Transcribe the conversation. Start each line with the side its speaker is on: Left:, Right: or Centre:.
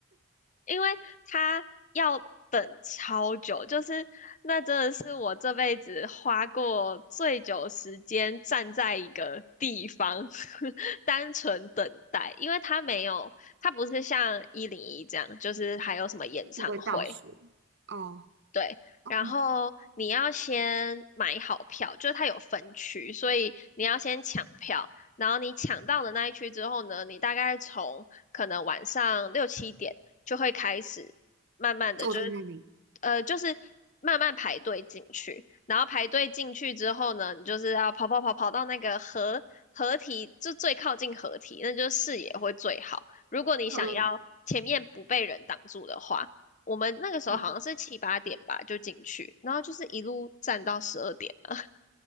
Left: 因为他要等超久，就是那真的是我这辈子花过最久时间站在一个地方，<laughs> 单纯等待，因为他没有，他不是像一零一这样，就是还有什么演唱会，
Right: 这是不会倒数哦
Left: 对，
Right: 哦，
Left: 然后你要先买好票，就是它有分区，所以你要先抢票。然后你抢到的那一区之后呢，你大概从可能晚上六七点就会开始，慢慢的就是，
Right: 坐在那里，
Left: 呃，就是慢慢排队进去。然后排队进去之后呢，你就是要跑跑跑跑到那个合合体，就最靠近合体，那就是视野会最好。如果你想要前面不被人挡住的话。
Right: 嗯嗯
Left: 我们那个时候好像是七八点吧就进去，
Right: 嗯，
Left: 然后就是一路站到十二点了。